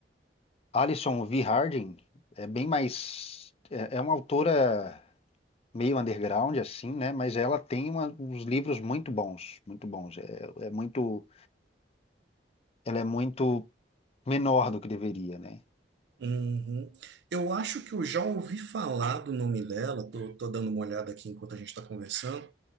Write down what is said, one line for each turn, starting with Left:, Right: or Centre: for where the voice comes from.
Left: Alison V. Harding, é bem mais é, é uma autora meio underground assim, né? Mas ela tem uma- uns livros muito bons, muito bons. É, é muito, ela é muito menor do que deveria, né?
Right: Uhum. Eu acho que eu já ouvi falar do nome dela, tô, tô dando uma olhada aqui enquanto a gente está conversando,